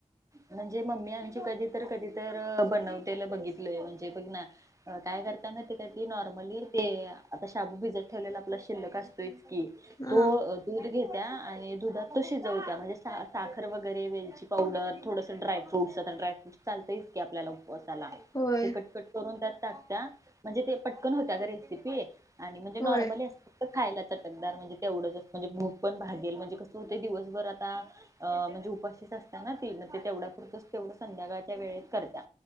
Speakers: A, on the right; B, on the left.
A: म्हणजे मम्मी आमची कधी तर कधी तर बनवतेल बघितलंय म्हणजे बघ ना काय करते नॉर्मली ते आता शाबू भिजत ठेवलेला आपला शिल्लक असतोय की
B: हा
A: तो दूध घेत्या आणि दुधात तो शिजवत्या म्हणजे सा साखर वगैरे वेलची पावडर थोडस ड्राय फ्रूट्स आता ड्राय फ्रूट चालतच की आपल्याला उपवासाला
B: होय
A: ते कट कट करून त्यात. टाकत्या म्हणजे ते पटकन होत्या ग रेसिपी. आणि म्हणजे नॉर्मली
B: होय
A: अस फक्त खायला चटकदार म्हणजे तेवढंच असतं. म्हणजे भूक पण भागेल म्हणजे कस होतय दिवसभर आता आ म्हणजे उपाशीच असतीयाना ती मग. तेवढ्या पुुरतच तेवढं संध्याकाळच्या वेळेत करत्या